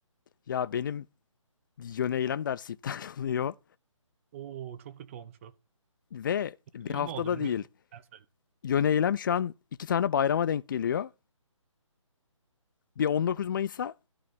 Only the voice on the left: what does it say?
Ya benim yöneylem dersi <laughs> iptal oluyor.
Ve bir
haftada
değil.
Yöneylem şu an iki tane bayrama denk geliyor. Bir 19 Mayıs'a